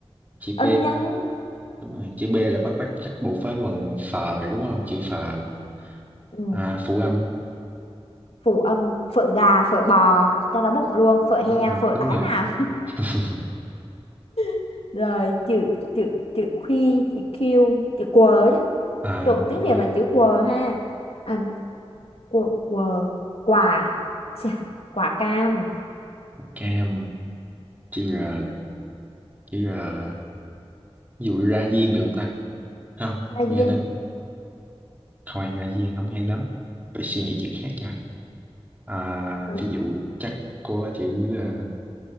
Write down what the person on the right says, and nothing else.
chữ
P
đúng rồi chữ B là bắt bắt chắc buộc phải bằng phờ rồi đúng không chữ phờ
à, phụ âm
đúng
rồi
đúng
rồi
<laughs>
à,
nhưng
mà
cam chữ R chữ R ví dụ ra diên được không ta không
nghe
nó Thôi Hạ Viên không hay lắm Phải suy nghĩ chữ khác nha à,
Ví dụ chắc có chữ à,